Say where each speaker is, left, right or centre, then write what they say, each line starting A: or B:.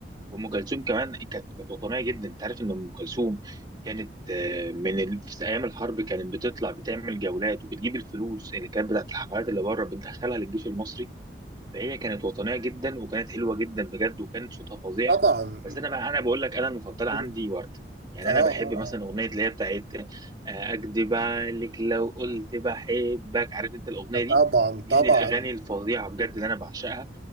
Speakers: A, on the right (about 25°); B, on the right (about 60°).
A: وام كلثوم كمان كانت كانت وطنيه جدا انت عارف ان ام كلثوم كانت آه، من ال... في ايام الحرب كانت بتطلع بتعمل جولات وبتجيب الفلوس اللي كانت بتاعت الحفلات اللي بره بتدخلها للجيش المصري فهي كانت وطنيه جدا وكانت حلوه جدا بجد وكان صوتها فظيع
B: طبعا
A: بس انا بقى انا بقول لك انا المفضله عندي
B: اه
A: ورده يعني
B: اه
A: انا بحب مثلا
B: اه
A: اغنيه اللي هي بتاعت آه، اكدب عليك لو قلت بحبك عارف انت الاغنيه دي
B: طبعا
A: دي
B: طبعا
A: من الاغاني الفظيعه بجد اللي انا بعشقها